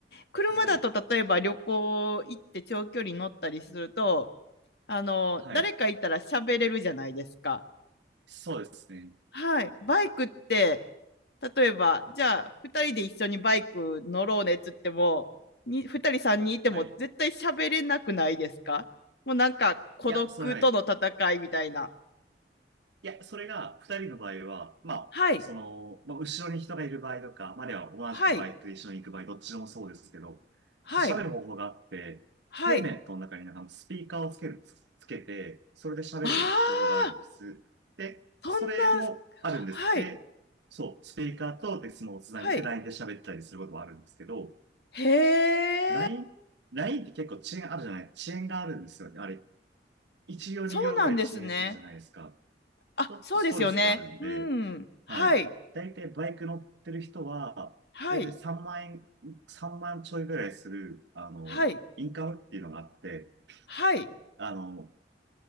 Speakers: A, on the left; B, on the right.
A: 車だと例えば旅行行って長距離乗ったりすると、
B: はい。
A: あの誰かいたら喋れるじゃないですか。
B: はい。そうですね。
A: はい、バイクって例えばじゃあ2人で一緒にバイク乗ろうねっつってもに2人3人いても絶対喋れなくないですかもうなんか孤独との戦いみたいな。
B: はい。いや、それはね、いや、それが二人の場合は、まあ、
A: はい
B: その、まあ、後ろに人がいる場合とか、まあ、あるいは同じくバイクと一緒に行く場合、
A: はい、
B: どっちでもそうですけど、
A: はい、
B: 喋る方法があって、
A: はい。
B: ヘルメットの中になんかスピーカーをつける、つつけて、それで喋る方法があるんです。
A: ああ、
B: で、
A: そんな、
B: それもあるんです。
A: はい、
B: で、そう、スピーカーとデスモをつなげて
A: はい。
B: LINE で喋ったりすることもあるんですけど、
A: へえ、
B: LINE、LINE って結構遅延あるじゃない、遅延があるんですよね。あれ、1秒2秒ぐらい遅延するじゃないですか。
A: そうなんですね。あ、
B: ちょっとストレスがあるんで、
A: そうですよね。うん、はい、
B: はい。大体バイク乗ってる人は、
A: はい、
B: 大体3万円、3万ちょいぐらいする、あの、
A: はい、
B: インカムっていうのがあって、
A: はい。
B: あの、